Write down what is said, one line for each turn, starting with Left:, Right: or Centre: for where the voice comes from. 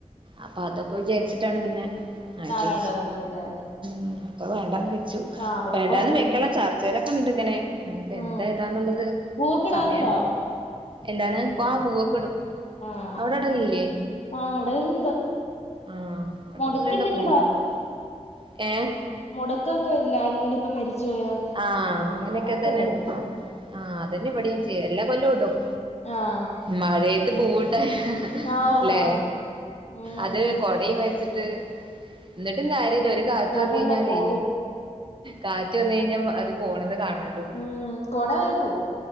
Right: അപ്പൊ അതൊക്കെ വിചാരിച്ചിട്ടാണ് പിന്നെ ആഹ് തേച്ച്
Left: വേണ്ടാന്ന് വെച്ചല്ലേ
Right: ഉമ്മ അപ്പൊ വേണ്ടാന്ന് വെച്ചു
Left: ആഹ് പിന്നെ
Right: വേണ്ടാന്ന്
Left: പൊറത്തുന്ന്
Right: വെക്കണ ചർച്ചേലൊക്കെണ്ട് ഇങ്ങനെ ഇഞ്ഞിപ്പോ
Left: ഉം
Right: എന്താ ഏതാന്നുള്ളത്
Left: പൂവൊക്കെ ഇടാറുണ്ടോ
Right: സമയെണ്ട് എന്താണ് പാ പൂവക്കിടും.
Left: ആഹ്
Right: അവടിടലില്ലെ
Left: ആഹ് ഇവിടെ ഇണ്ട്
Right: ആഹ് ഇവ
Left: മൊടക്കുണ്ടെങ്കി
Right: <unintelligible> ഏഹ്
Left: മുടക്കോക്കെ വരില്ലെ ആരെങ്കിലും ഇപ്പ മരിച്ചു പോയാ
Right: ആഹ് അങ്ങനെക്ക
Left: അപ്പ
Right: തന്നെ
Left: ഇടും
Right: എണ്ട് ആഹ് അതന്നെ ഇവിടെയും ചെയ്യും എല്ലാ കൊല്ലോം ഇടും
Left: ആഹ്
Right: മഴയത്ത് പൂവിട്ടാ
Left: ആഹ് ഓഹ്
Right: ല്ലേ
Left: ആഹ് ഉം
Right: അത് കൊടയും വെച്ചിട്ട് എന്നിട്ടും കാര്യില്ല ഒരു കാറ്റ്
Left: അതന്നെ
Right: വന്ന് കഴിഞ്ഞാലേ
Left: പോവും
Right: കാറ്റ് വന്ന് കഴിഞ്ഞാ അത് പോണത് കാണുള്ളു
Left: ഉം കൊട വരെ പോവും